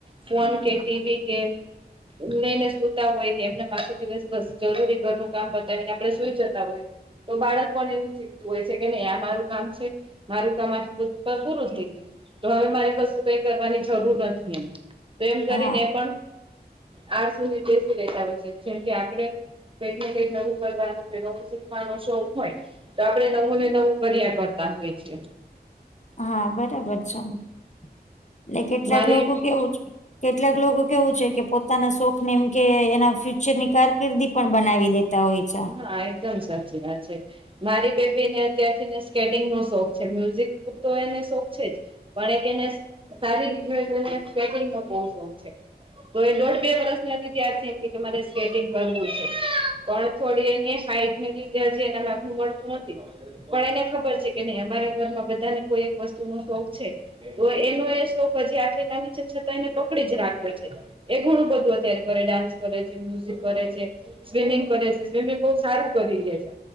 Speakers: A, on the right; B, on the left.
A: ફોન કે ટીવી કે મેને સુતા હોય કે એમને આખો દિવસ બસ જરૂરી ઘરનું કામ બતાવીને આપડે સુઈ જતા હોય તો બાળક પણ એવું શીખતું હોય છે કે નહી આ મારું કામ છે મારું કામ આ પૂરું થઈ ગયું તો હવે મારી પાુ કઈ કરવાની જરૂર નથી એમ તો એમ કરીને
B: હા
A: એ પણ આ સુધી બેસી લેતા હોય છે જેમ કે આપડ કંઈક ને કંઈક નવું કરવાનું કે નવું શીખવાનો શોખ હોય તો આપડણે નવું ને નવું કરયા કરતા હોય છે.
B: હા બરાબર છેમ એટલે કેટલાક
A: મારી
B: લોકો કેવું છે. કેટલાક લોકો કેવું છે કે પોતાના શોખને એમ કે એના ફ્યુચરની કારકિર્દી પણ બનાવી દેતા હોય છે.
A: હા એકદમ સાચી વાત છે. મારી બેબી ને અત્યારને સ્કેટિંગ નો શોખ છે મ્યુઝિક તો એને શોખ છે જ. પણ એક એને સારી રીતેટ ન <unintelligible> બો શોખ છે તો એ દોઢ બે વર્ષની હતી ત્યારથી એમ કેરે સ્વેટિંગ કરવું છે પણ થોડી એની હાઈટ નથી જેથી એના માથું મળતું નથી. પણ એને ખબર છે કે નહી અમારા ઘરમાં બધાને કોઈ એક વસ્તુ નો શોક છે. તો એનો એ શોખ હજી આટલી નાની છે છતાં એને પકડીજ રાખ્યો છે. એ ઘણું બધું અત્યારે કરે, ડાન્સ કરે છે, મ્યુઝિક કરે છે, સ્વિમિંગ કરે છે. સ્વિમિંગ બઉુ સારું કરી રહી છે.